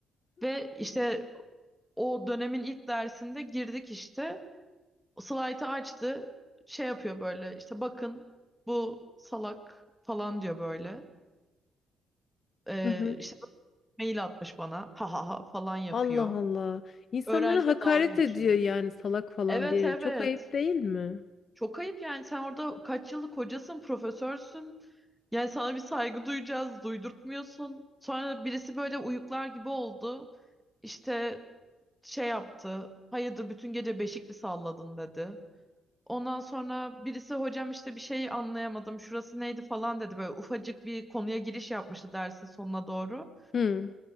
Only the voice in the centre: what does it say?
Ve işte o dönemin ilk dersinde girdik işte. Slide'ı açtı. Şey yapıyor böyle işte bakın bu salak falan diyor böyle. Ee,
işte
mail atmış bana. Ha ha ha falan yapıyor.
Öğrenciye
dalga geçiyor.
Evet
evet.
Çok ayıp yani sen orada kaç yıllık hocasın, profesörsün. Yani sana bir saygı duyacağız, duydurtmuyorsun. Sonra birisi böyle uyuklar gibi oldu. İşte şey yaptı. Hayırdır bütün gece beşik mi salladın dedi. Ondan sonra birisi hocam işte bir şey anlayamadım. Şurası neydi falan dedi. Böyle ufacık bir konuya giriş yapmıştı dersin sonuna doğru.